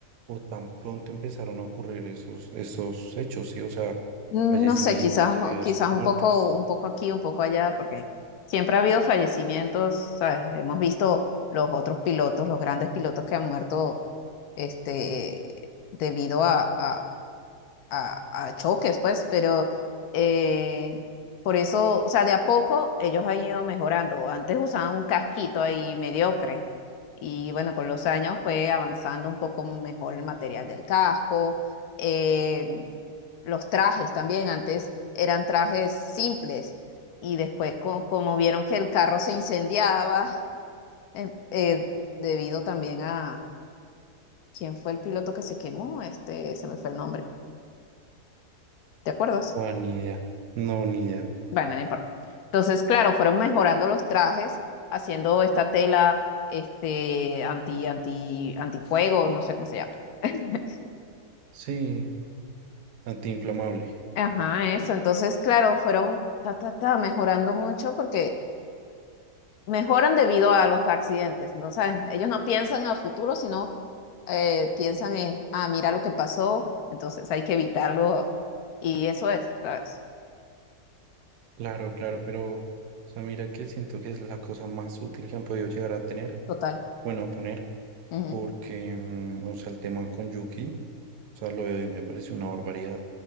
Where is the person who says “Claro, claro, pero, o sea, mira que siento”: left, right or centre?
Right